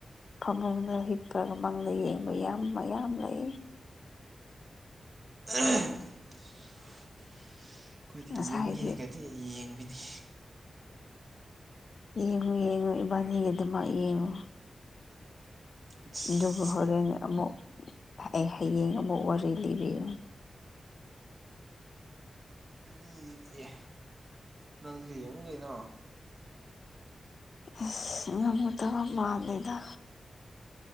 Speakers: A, on the left (about 65°); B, on the right (about 45°).
A: ꯐꯃꯨꯡꯗ ꯍꯤꯞꯄꯒ ꯃꯪꯗ ꯌꯦꯡꯕ ꯌꯥꯝ ꯃꯌꯥꯝ ꯂꯩ꯫
B: <unintelligible> ꯈꯣꯏꯗꯤ
A: ꯉꯁꯥꯏꯗꯤ
B: ꯌꯦꯡꯉꯦꯒꯗꯤ ꯌꯦꯡꯕꯤꯅꯤ꯫
A: ꯌꯦꯡꯉꯨ ꯌꯦꯡꯉꯨ ꯏꯕꯥꯅꯤꯒꯤ ꯑꯗꯨꯃꯛ ꯌꯦꯡꯉꯨ
B: ꯏꯁ
A: ꯑꯗꯨꯒ ꯍꯣꯔꯦꯟ ꯑꯃꯨꯛ ꯍꯌꯦꯡ ꯑꯃꯨꯛ ꯋꯥꯔꯤ ꯂꯤꯕꯤꯌꯨ
B: ꯂꯤꯒꯦ ꯅꯪꯖꯨ ꯌꯦꯡꯉꯨ ꯀꯩꯅꯣ
A: ꯏꯁ ꯉꯝꯒꯗꯕ ꯃꯥꯜꯂꯦꯗ